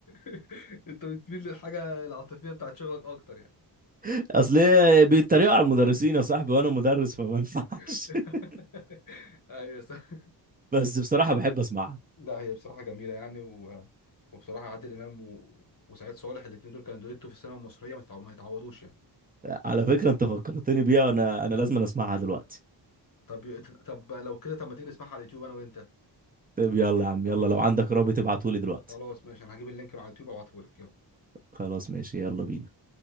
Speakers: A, on the left; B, on the right.
A: <laughs> أنت بتميل للحاجة العاطفية بتاعت شغلك أكتر يعني
B: <laughs> اصل هي بيتريقوا على المدرسين يا صاحبي وانا مدرس فما ينفعش
A: <laughs>
B: <laughs>
A: أيوه صح
B: بس بصراحه بحب اسمعها
A: لا هي بصراحة جميلة يعني و... وبصراحة عادل إمام و... وسعيد صالح الاتنين دول كانوا دويتو في السينما المصرية ما يتعو- ما يتعوضوش يعني
B: على فكره انت فكرتني بيها وانا انا لازم أنا اسمعها دلوقتي
A: طب طب لو كده طب ما تيجي نسمعها على اليوتيوب أنا وأنت
B: طيب يلا يا عم
A: طب
B: يلا لو عندك رابط ابعتهولي دلوقتي
A: خلاص ماشي أنا هجيب اللينك من على اليوتيوب وأبعتهولك يلا
B: خلاص ماشي يلا بينا